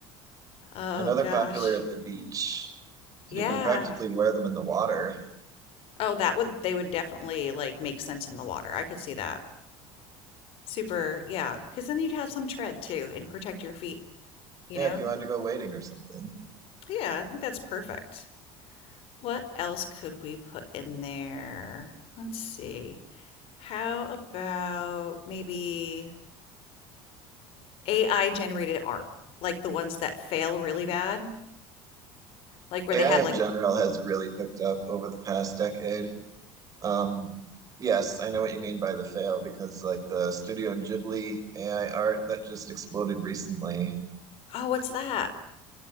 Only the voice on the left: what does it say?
Oh
gosh.
Yeah.
Oh, that would they would definitely like make sense in the water. I could see that. Super, yeah, because then you'd have some tread too and protect your feet, you
know?
Yeah, I think that's perfect. What else could we put in there? Let's see. How about maybe AI generated art, like the ones that fail really bad, like where
they have
like,
oh, what's that?